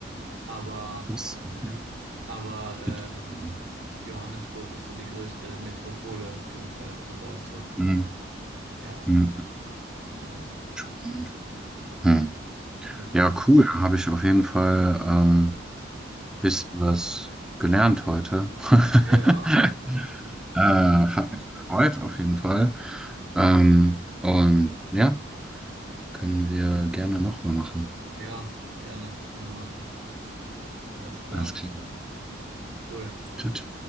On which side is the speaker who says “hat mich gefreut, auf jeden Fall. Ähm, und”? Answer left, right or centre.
Centre